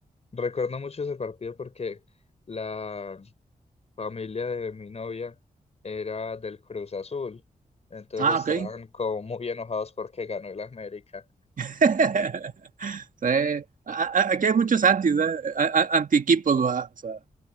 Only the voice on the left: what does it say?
Recuerdo mucho ese partido porque la familia de mi novia era del Cruz Azul, entonces
estaban
como muy enojados porque ganó el América.